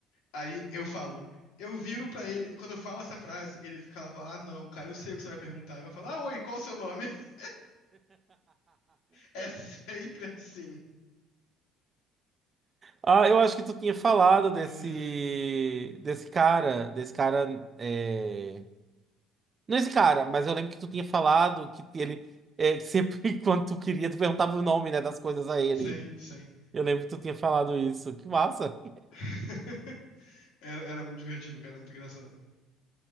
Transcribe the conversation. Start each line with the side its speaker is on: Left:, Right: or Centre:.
Left: Aí eu falo, eu viro pra ele, quando eu falo essa frase, ele fica lá, fala, ah, não, cara, eu sei o que você vai perguntar. Eu falo, ah, oi, qual o seu nome? <laughs> É sempre assim.
Right: Ah, eu acho que tu tinha falado
Left: Ai,
Right: desse
Left: ai.
Right: desse cara, desse cara, é... não esse cara, mas eu lembro que tu tinha falado que ele é, que sempre <laughs> quando tu queria tu perguntava o nome, né, das coisas a ele.
Left: Sim, sim.
Right: Eu lembro que tu tinha falado isso. Que massa!
Left: <laughs> Era, era muito divertido, cara, era muito engraçado.